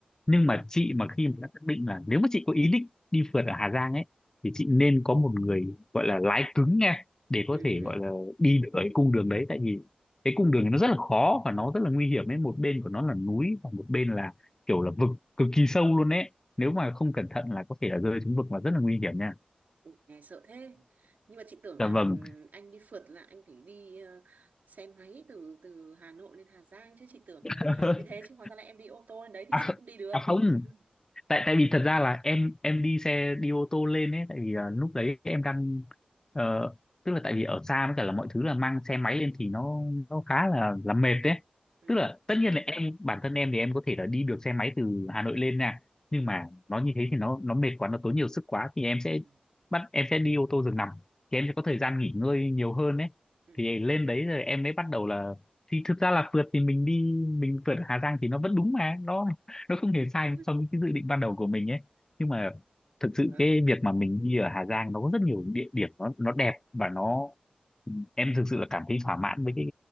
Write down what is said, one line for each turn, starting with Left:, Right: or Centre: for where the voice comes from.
Left: nhưng
Right: Ừ.
Left: mà chị mà khi mà đã xác định là nếu mà chị có ý định đi phượt ở Hà Giang ấy thì chị nên có một người gọi là lái cứng nha để
Right: Ừ.
Left: có thể
Right: Ừ.
Left: gọi là đi được ở cái cung đường đấy tại vì cái cung đường này nó rất là khó và nó rất là nguy hiểm ấy một bên của nó là núi và một bên là kiểu là vực cực kỳ sâu luôn ấy nếu mà không cẩn thận là có thể là rơi xuống vực và rất là nguy hiểm nha
Right: Ủa, nghe sợ thế nhưng mà chị tưởng
Left: dạ
Right: là
Left: vâng
Right: ừm, anh đi phượt là anh phải đi ờ, xe máy từ từ Hà Nội lên Hà Giang chứ chị tưởng
Left: <laughs>
Right: là như thế chứ hóa ra là em đi ô tô lên đấy thì
Left: à,
Right: chị cũng đi được
Left: à không
Right: <laughs>
Left: tại tại vì thật ra là em em đi xe đi ô tô lên ấy tại vì à, lúc đấy em đang ờ, tức là tại vì ở xa với cả là mọi thứ là mang xe máy lên thì nó nó khá là là mệt đấy
Right: ừ
Left: tức là tất nhiên là em bản thân em thì em có thể là đi được xe máy từ Hà Nội lên nha nhưng
Right: ừ
Left: mà nó như thế thì nó nó mệt quá nó tốn nhiều sức quá thì em sẽ
Right: ừ
Left: bắt em sẽ đi ô tô giường nằm thì em sẽ có thời gian nghỉ ngơi nhiều hơn đấy
Right: ừ
Left: thì lên đấy rồi em mới bắt đầu là thì thực ra là phượt thì mình đi mình phượt ở Hà Giang thì nó vẫn đúng mà nó nó không hề sai
Right: ừ
Left: so với cái dự định ban đầu của mình ấy nhưng mà thực sự
Right: ừ,
Left: cái việc mà mình đi ở Hà Giang nó có rất nhiều địa điểm nó nó đẹp và nó
Right: ừ.
Left: em thực sự là cảm thấy thỏa mãn với cái